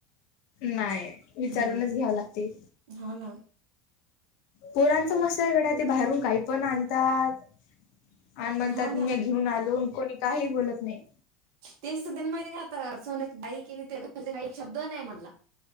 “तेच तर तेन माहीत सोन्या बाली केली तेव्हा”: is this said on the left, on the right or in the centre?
Right